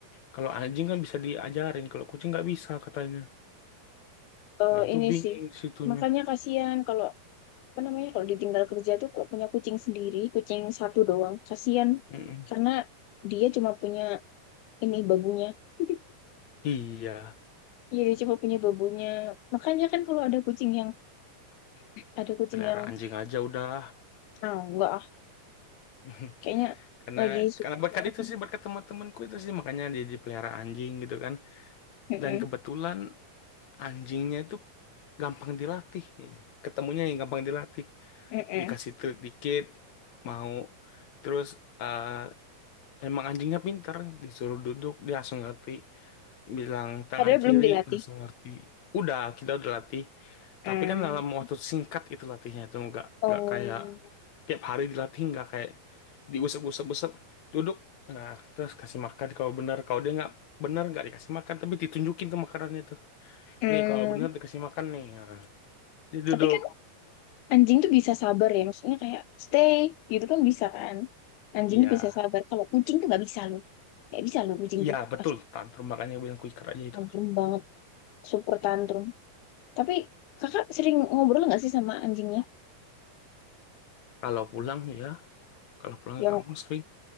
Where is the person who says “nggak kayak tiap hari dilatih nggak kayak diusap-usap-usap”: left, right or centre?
Left